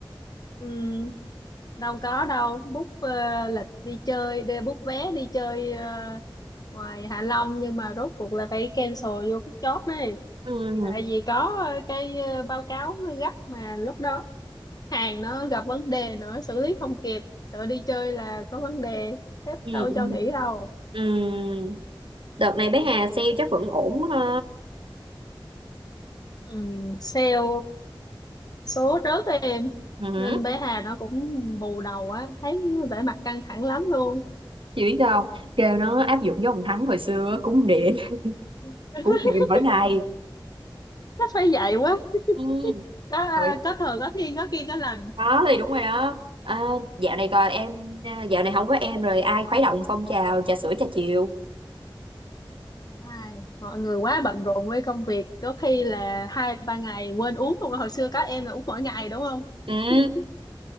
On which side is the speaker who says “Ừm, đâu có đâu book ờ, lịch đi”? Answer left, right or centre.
Left